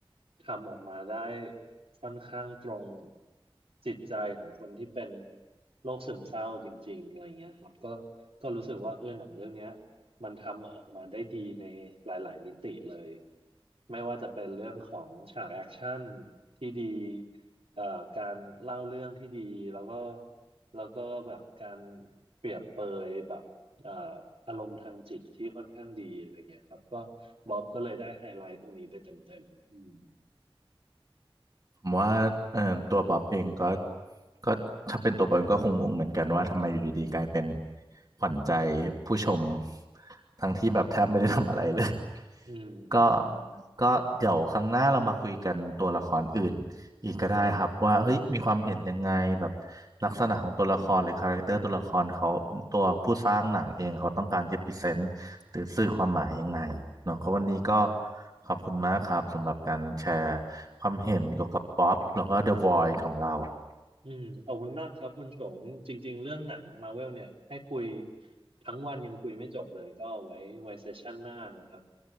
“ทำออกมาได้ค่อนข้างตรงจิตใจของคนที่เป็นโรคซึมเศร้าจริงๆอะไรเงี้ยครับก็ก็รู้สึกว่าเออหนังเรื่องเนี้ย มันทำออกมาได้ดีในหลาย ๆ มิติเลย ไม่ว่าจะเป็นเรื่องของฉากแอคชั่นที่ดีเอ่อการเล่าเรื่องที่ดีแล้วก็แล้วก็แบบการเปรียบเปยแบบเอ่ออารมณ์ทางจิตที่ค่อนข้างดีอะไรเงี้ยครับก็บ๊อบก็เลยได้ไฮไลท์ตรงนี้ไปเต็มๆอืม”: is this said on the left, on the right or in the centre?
Right